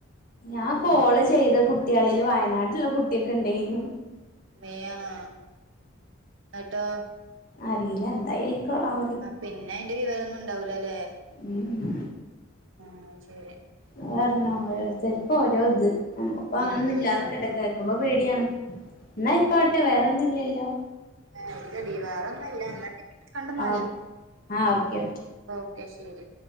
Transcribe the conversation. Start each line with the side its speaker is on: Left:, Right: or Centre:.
Left: ഞാൻ കോള് ചെയ്ത കുട്ട്യാളില് വയനാട്ടിലുള്ള കുട്ട്യോക്കെണ്ടെയ്നു
Right: വെ ആണോ ന്ന്ട്ടോ
Left: അറില്ല എന്തായേക്കും ആ
Right: ആ പിന്നെ അയ്ന്റെ വിവരൊന്നും ണ്ടാവുലല്ലേ
Left: ഉം ഉം
Right: ആ ശെരി
Left: അത് പർഞ്ഞോ ഓരോര്ത്ത്ര്ക്ക് ഓരോ ത് ഞമ്മക് അങ്ങനൊന്നും
Right: ഉം
Left: ഇല്ലാതിരിക്കട്ടെ കേക്കുമ്പോ പേടിയാണ് ന്നാ അയ്ക്കോട്ടെ വേറൊന്നുല്ലല്ലോ
Right: ഏ ഇല്ലടി വേറൊന്നുല്ല <unintelligible>
Left: ഓക്കെ ആഹ് ഓക്കെ ഓക്കെ
Right: ഓക്കെ ശെരി